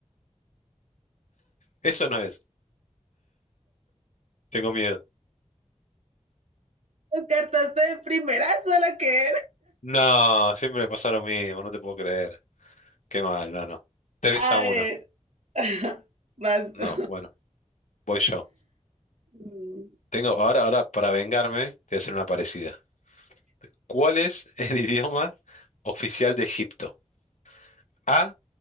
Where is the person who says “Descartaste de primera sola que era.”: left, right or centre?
Right